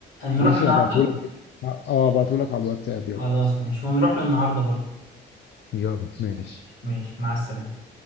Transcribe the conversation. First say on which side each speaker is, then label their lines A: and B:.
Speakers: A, on the left; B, on the left.
A: نروح
B: ماشي
A: النهاردة
B: هبعتهولك ب- اه هبعتهولك على الواتساب يلا
A: خلاص ماشي ونروح له النهاردة برضو
B: يلا ماشي
A: ماشي مع السلامة